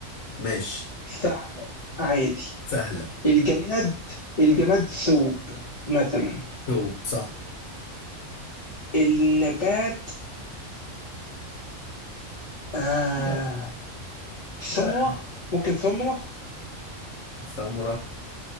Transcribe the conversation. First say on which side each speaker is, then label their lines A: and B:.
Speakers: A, on the left; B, on the left.
A: ماشي
B: ثعلب عادي
A: سهلة
B: الجماد الجماد ثوب مثلا
A: ثوب صح
B: النبات آه...
A: يعني
B: ثمره
A: ها،
B: ممكن ثمره
A: سمرة